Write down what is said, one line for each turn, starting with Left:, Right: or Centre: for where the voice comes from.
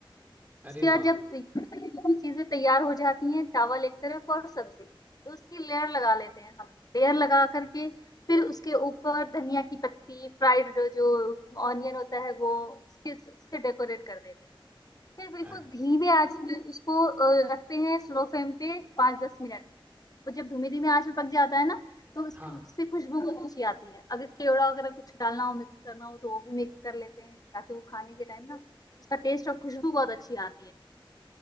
Right: अरे
Left: इसके बाद
Right: वाह
Left: जब दोनों चीजें तैयार हो जाती हैं चावल एक तरफ और सब्जी तो उसकी लेयर लगा लेते हैं हम लेयर लगा करके फिर उसके ऊपर धनिया की पत्ती फ्राइड जो ऑनियन होता है वो उसके उससे डेकोरेट कर देते हैं फिर बिल्कुल
Right: अ,
Left: धीमे आंच पे उसको अ, रखते हैं स्लो फ्लेम पे पाँच दस मिनट वो जब धीमे धीमे आंच में पक जाता है ना तो उसकी
Right: हाँ
Left: उससे खुशबू बहुत अच्छी आती है अगर केवड़ा वगैरह कुछ डालना हो मिक्स करना हो तो वो भी मिक्स कर लेते हैं ताकि वो खाने के टाइम ना उसका टेस्ट और खुशबू बहुत अच्छी आती है